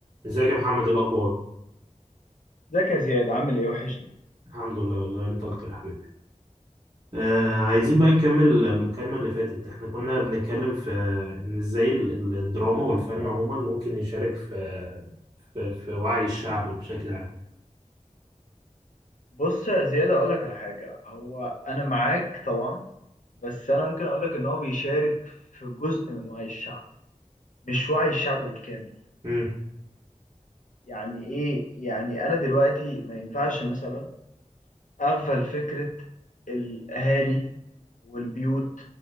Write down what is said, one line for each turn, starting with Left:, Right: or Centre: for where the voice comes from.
Right: ازيك يا محمد الاخبار
Left: ازيك يا زياد عامل ايه وحشني
Right: الحمد لله والله انت اكتر يا حبيبي آه عايزين بقى نكمل ال- المكالمة اللي فاتت احنا كنا بنتكلم في ان ازاي ال- ال- الدراما والفن عموما ممكن يشارك في في, في وعي الشعب بشكل عام
Left: بص يا زياد اقولك على حاجة هو انا معاك طبعا بس انا ممكن اقولك ان هو بيشارك في جزء من وعي الشعب مش وعي الشعب بالكامل
Right: امم
Left: يعني ايه يعني انا دلوقتي ما ينفعش مثلا اغفل فكرة الاهالي والبيوت